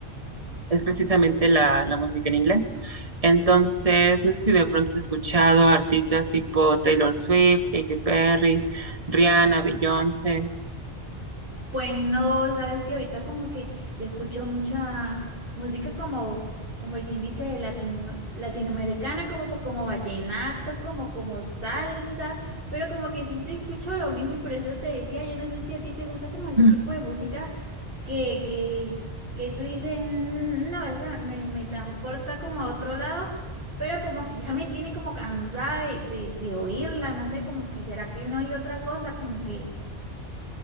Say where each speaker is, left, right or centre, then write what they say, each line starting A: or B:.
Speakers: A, on the right; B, on the right.
A: es precisamente la, la música en inglés. Entonces, no sé si de pronto has escuchado artistas tipo Taylor Swift, Katy Perry, Rihanna, Beyoncé.
B: Pues no, sabes que ahorita como que yo escucho mucha música como, como el quien dice latino- latinoamericana, como, como vallenato, como, como salsa, pero como que siempre escucho lo mismo y por eso te decía, yo no sé si a ti te gusta como ese
A: Mm.
B: tipo de música que, que, que tú dices, "Mm, no, esa me, me transporta como a otro lado, pero como que ya me tiene como cansada de, de de oírla, no sé, como que será que no hay otra cosa, como que...